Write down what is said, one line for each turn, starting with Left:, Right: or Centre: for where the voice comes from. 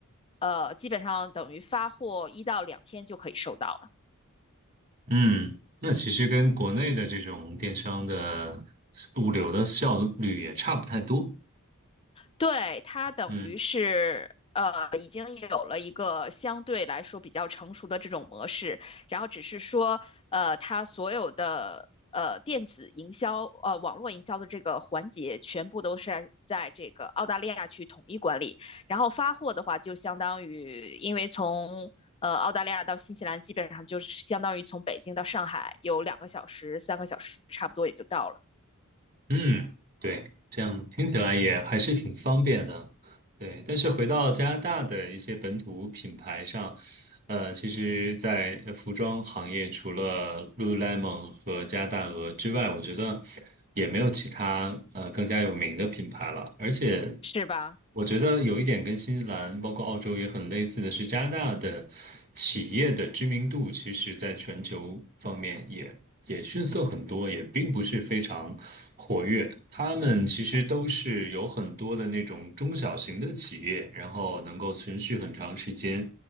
Left: 呃，基本上等于发货一到两天就可以收到了。
Right: 嗯，那其实跟国内的这种电商的物流的效率也差不太多。
Left: 对，它等于是呃，
Right: 嗯。
Left: 已经有了一个相对来说比较成熟的这种模式，然后只是说呃，它所有的呃电子营销呃网络营销的这个环节，全部都是在这个澳大利亚去统一管理，然后发货的话，就相当于因为从呃澳大利亚到新西兰，基本上就是相当于从北京到上海有两个小时、三个小时，差不多也就到了，
Right: 嗯，对，这样听起来也还是挺方便的，对。但是回到加拿大的一些本土品牌上，呃，其实，在呃服装行业，除了 Lululemon 和加拿大鹅之外，我觉得也没有其他呃更加有名的品牌了。而且
Left: 是吧？
Right: 我觉得有一点跟新西兰，包括澳洲也很类似的是，加拿大的企业的知名度，其实在全球方面也也逊色很多，也并不是非常活跃。他们其实都是有很多的那种中小型的企业，然后能够存续很长时间，